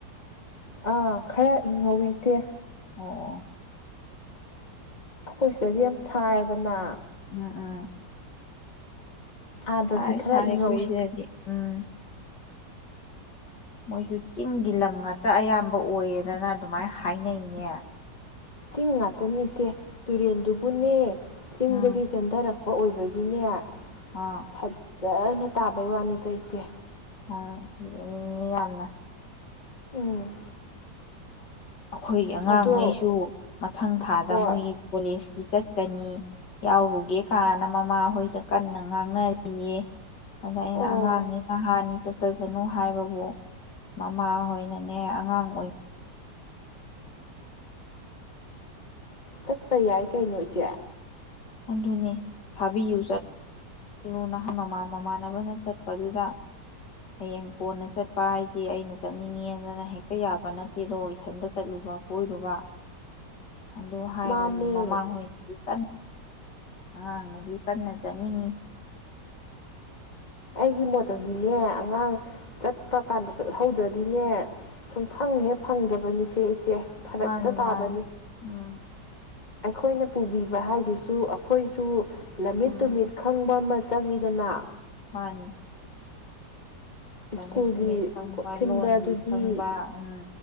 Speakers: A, on the left; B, on the left.
A: ꯑꯥ ꯈꯔ ꯏꯪꯍꯧꯋꯤ ꯏꯆꯦ
B: ꯑꯣ ꯑꯣ
A: ꯑꯩꯈꯣꯏ ꯁꯤꯗꯗꯤ ꯌꯥꯝ ꯁꯥꯏꯌꯦꯗꯅ
B: ꯎꯝ ꯎꯝ
A: ꯑꯥꯗꯗꯤ
B: ꯁꯥꯔꯦ
A: ꯈꯔ
B: ꯁꯥꯔꯦ
A: ꯏꯪꯍꯧꯋꯤ
B: ꯑꯩꯈꯣꯏ ꯁꯤꯗꯗꯤ ꯎꯝ ꯃꯣꯏꯁꯨ ꯆꯤꯡꯒꯤ ꯂꯝ ꯉꯥꯛꯇ ꯑꯌꯥꯝꯕ ꯑꯣꯏꯌꯦꯗꯅ ꯑꯗꯨꯃꯥꯏꯅ ꯍꯥꯏꯅꯩꯅꯦ
A: ꯆꯤꯡ ꯉꯥꯛꯇꯅꯤ ꯏꯆꯦ ꯇꯨꯔꯦꯟꯗꯨꯕꯨꯅꯦ ꯆꯤꯡꯗꯒꯤ
B: ꯎꯝ
A: ꯆꯦꯟꯊꯔꯛ ꯑꯣꯏꯕꯒꯤꯅꯦ ꯊ
B: ꯑꯥ
A: ꯐꯖꯅ ꯇꯥꯕꯩ ꯋꯥꯅꯤꯗ ꯏꯆꯦ
B: ꯑꯥ ꯃꯤ ꯌꯥꯝꯅ
A: ꯎꯝ
B: ꯑꯩꯈꯣꯏꯒꯤ ꯑꯉꯥꯡꯉꯩꯁꯨ
A: ꯑꯗꯣ
B: ꯃꯊꯪ ꯊꯥꯗ
A: ꯍꯣꯏ
B: ꯃꯣꯏꯒꯤ ꯀꯣꯂꯦꯖ ꯆꯠꯀꯅꯤ ꯌꯥꯎꯔꯨꯒꯦ ꯀꯥꯏꯅ ꯃꯃꯥꯍꯣꯏꯗ ꯀꯟꯅ ꯉꯥꯡꯅꯔꯤꯌꯦ ꯑꯗ ꯑꯩꯅ
A: ꯑꯣ
B: ꯑꯉꯥꯡꯅꯦ ꯅꯍꯥꯅꯤ ꯆꯠꯆꯁꯅꯨ ꯍꯥꯏꯕꯕꯨ ꯃꯃꯥꯍꯣꯏꯅꯅꯦ ꯑꯉꯥꯡ ꯑꯣꯏ
A: ꯆꯠꯄ ꯌꯥꯏ ꯀꯩꯅꯣ ꯏꯆꯦ
B: ꯑꯗꯨꯅꯤ ꯊꯥꯕꯤꯌꯨ ꯆꯠꯂꯨ ꯅꯍꯥꯟ ꯃꯃꯥꯟ ꯃꯃꯥꯟꯅꯕꯅ ꯆꯠꯄꯗꯨꯗ ꯍꯌꯦꯡ ꯀꯣꯟꯅ ꯆꯠꯄ ꯍꯥꯏꯁꯦ ꯑꯩꯅ ꯆꯠꯅꯤꯡꯉꯦꯗꯅ ꯍꯦꯛꯇ ꯌꯥꯕ ꯅꯠꯇꯦꯗꯣ ꯏꯊꯟꯇ ꯆꯠꯂꯨꯕ ꯀꯣꯏꯔꯨꯕ ꯑꯗꯨ ꯍꯥꯏꯕꯕꯨ
A: ꯃꯥꯅꯦ
B: ꯃꯃꯥ ꯍꯣꯏꯅꯗꯤ ꯀꯟ ꯑꯉꯥꯡꯅꯗꯤ ꯀꯟꯅ ꯆꯠꯅꯤꯡꯉꯤ
A: ꯑꯩꯒꯤ ꯃꯣꯠꯇꯗꯤꯅꯦ ꯑꯉꯥꯡ ꯆꯠꯄ ꯀꯥꯟꯗ ꯆꯠꯍꯧꯗ꯭ꯔꯗꯤꯅꯦ ꯁꯨꯝ ꯐꯪꯍꯦ ꯐꯪꯗꯕꯅꯤꯁꯦ ꯏꯆꯦ ꯐꯔꯛꯇ
B: ꯃꯥꯅꯤ
A: ꯇꯥꯕꯅꯤ
B: ꯃꯥꯅꯤ ꯎꯝ
A: ꯑꯩꯈꯣꯏꯅ ꯄꯨꯕꯤꯕ ꯍꯥꯏꯁꯤꯁꯨ ꯑꯩꯈꯣꯏꯁꯨ ꯂꯝꯃꯤꯠ
B: ꯎꯝ
A: ꯇꯨꯃꯤꯠ ꯈꯪꯕ ꯆꯪꯉꯤꯗꯅ
B: ꯃꯥꯅꯤ ꯂꯝꯃꯤꯠ
A: ꯁ꯭ꯀꯨꯜꯒꯤ
B: ꯇꯨꯃꯤꯠ ꯈꯪꯕ
A: ꯁꯤꯟꯕꯗꯨꯗꯤ
B: ꯂꯣꯟꯂꯤ ꯈꯪꯕ ꯎꯝ